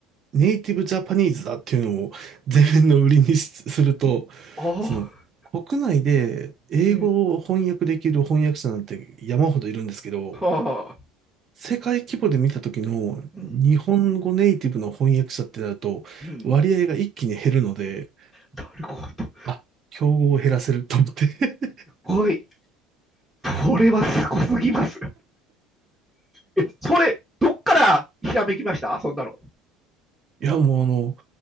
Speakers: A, on the right; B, in the centre.
A: ネイティブジャパニーズだっていうのを前面の売りにしすると、
B: ああ、
A: その国内で英語を翻訳できる翻訳者なんて山ほどいるんですけど、
B: うん、うん、はあ、
A: 世界規模で見た時の日本語ネイティブの翻訳者ってなると割合が一気に減るので、
B: うん、うん。なるほど。す
A: あ、競合を減らせると思って <laughs>
B: ごい。それはすごすぎます。え、それ、どっからひらめきましたそんなの。
A: いや、もうあの、